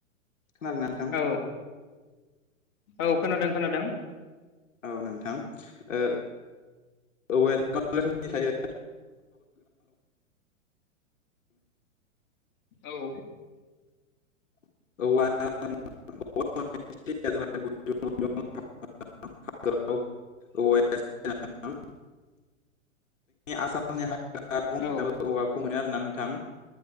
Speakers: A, on the left (about 65°); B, on the left (about 35°).
A: खोनादोना नोंथां
B: औ औ खोनादों खोनादों
A: औ नोंथां ओ <unintelligible> <unintelligible>
B: औ
A: <unintelligible> <unintelligible> आसामनि हाग्रा बंग्रायाव
B: औ
A: औवाखौ मोनो आरोना नोंथां